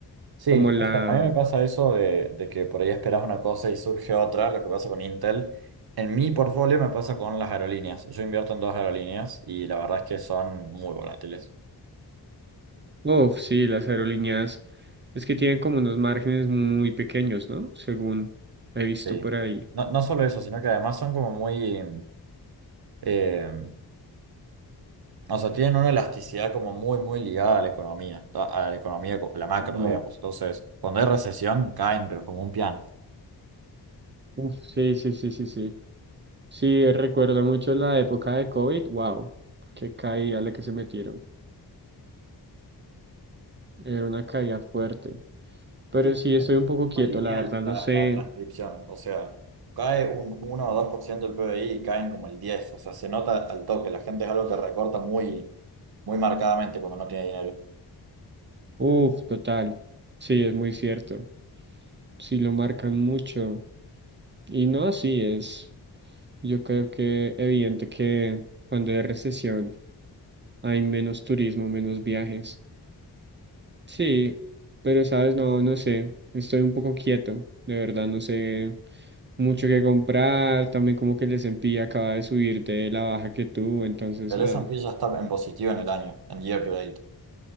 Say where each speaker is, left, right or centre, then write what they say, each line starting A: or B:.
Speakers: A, on the right (about 60°); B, on the right (about 30°).
A: Sí,
B: como la,
A: o sea, a mí me pasa eso de, de que por ahí esperas una cosa y surge otra, lo que pasa con Intel. En mi portfolio me pasa con las aerolíneas. Yo invierto en dos aerolíneas y la verdad es que son muy volátiles.
B: uff, sí, las aerolíneas es que tienen como unos márgenes muy pequeños, ¿no? Según he visto
A: Sí.
B: por ahí.
A: No, no solo eso, sino que además son como muy... em, O sea, tienen una elasticidad como muy, muy ligada a la economía, a a la economía, co- a la macro, Claro. digamos. Entonces, cuando hay recesión, caen, pero como un piano.
B: Uf, sí, sí, sí, sí, sí. Sí, recuerdo mucho la época de COVID, wow, qué caída la que se metieron, era una caída fuerte. Pero
A: Sí, es
B: sí estoy un poco quieto,
A: Muy lineal
B: la verdad, no
A: la,
B: sé.
A: la transcripción, o sea, cae un uno o 2% del PBI y caen como el diez o sea, se nota al toque, la gente es algo que recorta muy, muy marcadamente cuando no tiene dinero.
B: Uf, total. Sí, es muy cierto. Sí lo marcan mucho. Y no, sí es. Yo creo que evidente que cuando hay recesión hay menos turismo, menos viajes. Sí, pero sabes, no, no sé. Estoy un poco quieto, de verdad, no sé mucho que comprar. También como que el S&P acaba de subir de la baja que tuvo, entonces,
A: El
B: ah,
A: S&P ya está en positivo en el año, en year to date.